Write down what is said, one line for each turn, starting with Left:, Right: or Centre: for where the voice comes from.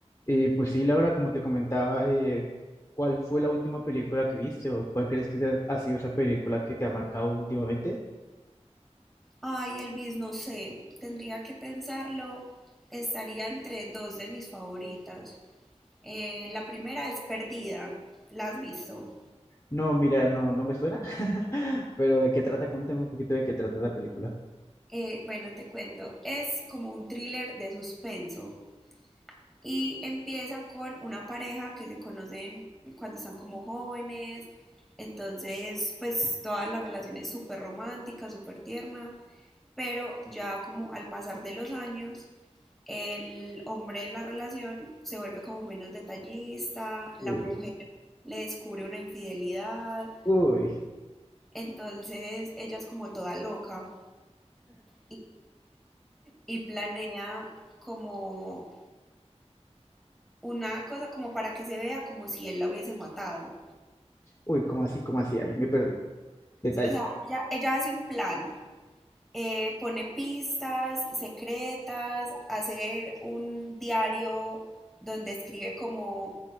Left: Y pues sí, Laura, como te comentaba, eh, ¿cuál fue la última película que viste o cuál crees que sea- ha sido esa película que te ha marcado últimamente?
Centre: Ay, Elvis, no sé, tendría que pensarlo. Estaría entre dos de mis favoritas. Eh, la primera es Perdida, ¿la has visto?
Left: No, mira, no, no me suena, <laughs> pero ¿de qué trata? Cuéntame un poquito de qué trata la película.
Centre: Eh, bueno, te cuento, es como un thriller de suspenso y empieza con una pareja que se conocen cuando están como jóvenes, entonces pues toda la relación es súper romántica, súper tierna, pero ya como al pasar de los años el hombre en la relación se vuelve como menos detallista, la
Left: Uy,
Centre: mujer le descubre una infidelidad,
Left: uy,
Centre: entonces ella es como toda loca y, y planea como una cosa como para que se vea como si él la hubiese matado.
Left: uy, ¿cómo así, cómo así? Ahí me perdí. Detalle.
Centre: Sí, O sea, ella, ella hace un plan eh, pone pistas secretas, hace un diario donde escribe como